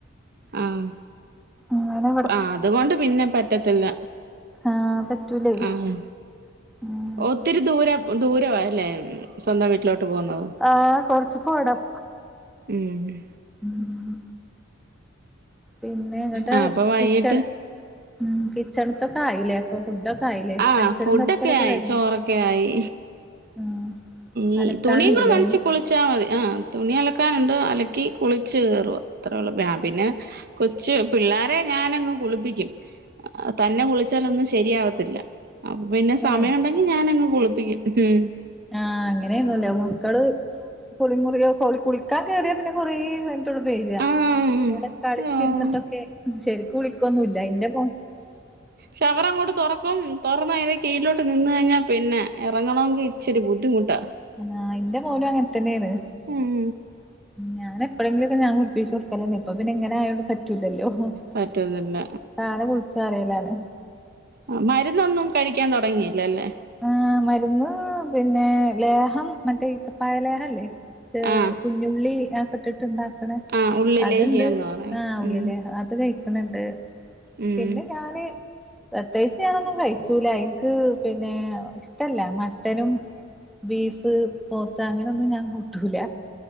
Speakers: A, on the right; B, in the centre.
A: ആഹ
B: അങ്ങനെ
A: ആ അതുകൊണ്ട് പിന്നെ പറ്റത്തില്ല
B: ആഹ പറ്റൂലേ
A: ആഹ്
B: ഉം
A: ഒത്തിരി ദൂരം ദൂര അല്ലേ സ്വന്തം വീട്ടിലോട്ട് പോകുന്നത്
B: ആഹ് കൊറച്ച് പോണം
A: ഉമ്
B: ഉം പിന്നെ എങ്ങട്ട്
A: ആഹ് അപ്പൊ വൈകിട്ട്
B: കിച്ചണ് ഉ കിച്ചണത്തൊക്കെ ആയില്ലേ അപ്പൊ ഫുഡൊക്കെ ആയില്ലേ
A: ആഹ
B: അടിച്ചലും
A: ഫുഡൊക്കെ
B: തൊടക്കലൊക്കെ
A: ആയി
B: കഴിഞ്ഞോ
A: ചോറൊക്കെ ആയി
B: ആഹ്
A: ഈ
B: അലക്കാനുണ്ട്ല്ലേ
A: തുണിയ കൂടെ നനച്ചു
B: ഇനി
A: കുളിച്ചാൽ മതി ആഹ് തുണി അലക്കാനുണ്ട് അലക്കി കുളിച്ച് കേറുവ അത്രേയുള്ളു ആ പിന്നെ കൊച്ച് പിള്ളേരെ ഞാൻ അ ങ് കുളിപ്പിക്കും തന്നെ കുളിച്ചാലൊന്നും ശരിയാവത്തില്ല അപ്പൊ പിന്നെ സമയം
B: ഏഹ്
A: ഉണ്ടെങ്കി ഞാനങ്ങ് കുളിപ്പിക്കും ഉമ്
B: ആഹ അങ്ങനെയന്നുംല്ലേ മക്കള് കുളിമുറി ഓള കുളി ക്കാൻ കേയറിയാ പിന്നെ കൊറേ കിയിഞ്ഞ പേര്യാ
A: ആഹ്
B: അവിടെ കളിച്ചിരുന്നിട്ടൊക്കെ
A: ആഹ്
B: ശരിക്കും കുളിക്കൊന്നുംല്ല ഇന്റെ മോ
A: ശവര് അങ്ങട്ട് തൊറക്കും തുറന്ന് അതി കീഴിലോട്ട് നിന്ന് കഴിഞ പിന്നെ ഇറങ്ങണമെങ്കിൽ ഇച്ചിരി ബുദ്ധിമുട്ടാണ്
B: ആ ഇന്റെ മോനും അങ്ങനെ തന്നെ ആണ്
A: ഉം
B: ഞാന എപ്പലെങ്കിലുംഞാൻ കുളിപ്പിച്ച കൊടുക്കലന്നെ ഇപ്പ പിന്നെങ്ങനെ ആയോണ്ട് പറ്റൂല്ലല്ലോ അ
A: പറ്റുന്നില്ല
B: താനെ കുളിച്ചറിയിലാണ്
A: ആ മരുന്നൊന്നും കഴിക്കാൻ തുടങ്ങിയില്ല ല്ലേ
B: ആ മരുന്ന് പിന്നെ ലേഹം മറ്റേ ഈത്തപ്പായ ലേഹ ല്ലേ
A: ആഹ്
B: കുഞ്ഞുള്ളി അക്കെ ഇട്ടിട്ട്ണ്ടാക്ക
A: ആഹ് ഉള്ളിലേഹ്യംന്ന്
B: അത്ണ്ട്
A: പറയും
B: ആ ഉള്ളി
A: ഉം
B: ലേഹ്യം അത് കഴിക്കണണ്ട്
A: ഉം
B: പിന്നെ ഞാന് പ്രതേകിച്ചു ഞാനൊന്നും കഴിച്ചൂല ഇനിക്ക് പിന്നെ ഇഷ്ടല്ല മട്ടനും ബീഫ് പോത്ത് അങ്ങനെന്നും ഞാൻ കൂട്ടൂല